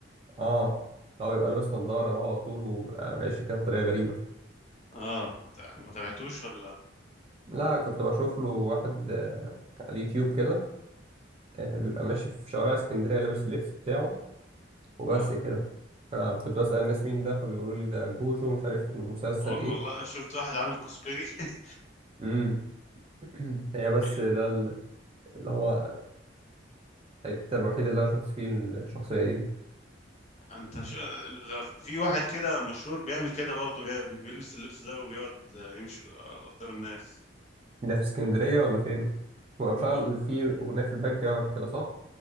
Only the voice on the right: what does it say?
اه لو يبقى لابس نظاره ده على طول وبقى ماشي كده بطريقه غريبه
لا كنت بشوف له واحد آه، على اليوتيوب كده آه، بيبقى ماشي في شوارع اسكندرية لابس اللبس بتاعه وبس
كده فكنت بسأل الناس مين ده فبيقولوا لي ده جوجو مش عارف من مسلسل
ايه
امم <clears throat> هي بس
ده ال- اللي هو الحتة الوحيدة اللي انا شفت فيه الشخصية دي
ده في اسكندرية ولا فين؟ هو مشغل
فيه أغنية في الباك جراوند كده صح؟